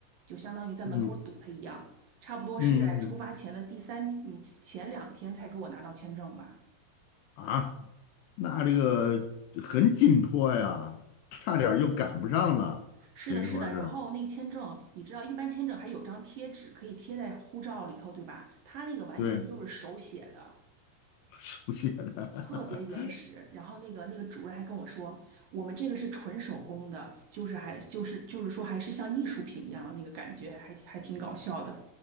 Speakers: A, on the right (about 65°); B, on the left (about 80°).
A: 就相当于在门口堵他一样。
B: 嗯
A: 差不多是在出发前的第三天嗯，
B: 嗯嗯
A: 前两天才给我拿到签证吧。
B: 啊，那这个很紧迫呀，差点儿就赶不上了，
A: 是的，
B: 等于说是
A: 是的。然后那签证，你知道，一般签证还有张贴纸可以贴在护照里头，对吧？他那个完全就是手写的，
B: 对 <laughs> 手写的。
A: 特别原始。
B: <laughs>
A: 然后那个那个主任还跟我说，我们这个是纯手工的，就是还就是就是说还是像艺术品一样，那个感觉还还挺搞笑的。